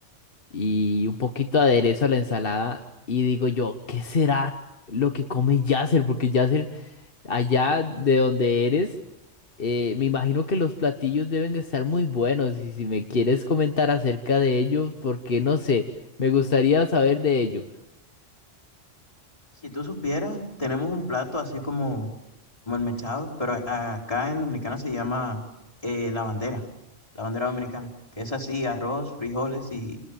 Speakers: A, on the left (about 50°); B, on the left (about 25°).
A: y un poquito de aderezo a la ensalada. Y digo yo, ¿qué será lo que come Yasser? Porque Yasser, allá de donde eres... Eh, me imagino que los platillos deben estar muy buenos y si me quieres comentar acerca de ellos, porque no sé, me gustaría saber de ello.
B: Si tú supieras, tenemos un plato así como, como el mechado, pero a- a- acá en Dominicana se llama eh, la bandera, la bandera dominicana, que es así, arroz, frijoles y,